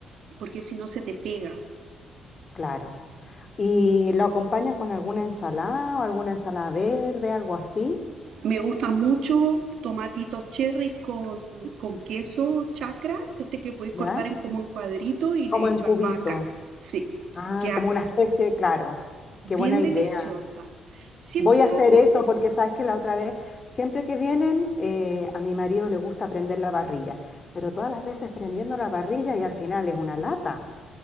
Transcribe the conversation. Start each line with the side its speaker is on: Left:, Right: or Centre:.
Right: porque si no se te pega.
Left: claro. ¿Y lo acompañas con alguna ensalada o alguna ensalada verde, algo así?
Right: Me gustan mucho tomatitos cherries con, con queso chacra, este que podéis
Left: ¿Ya?
Right: cortar en como en cuadrito y le
Left: Como
Right: echo
Left: en cubito.
Right: albahaca. Sí,
Left: Ah,
Right: queda
Left: como una especie, claro.
Right: bien
Left: Qué buena
Right: deliciosa.
Left: idea.
Right: Siempre
Left: Voy a hacer
Right: hago
Left: eso porque sabes que la otra vez, siempre que vienen, eh, a mi marido le gusta prender la parrilla, pero todas las veces prendiendo la parrilla y al final es una lata.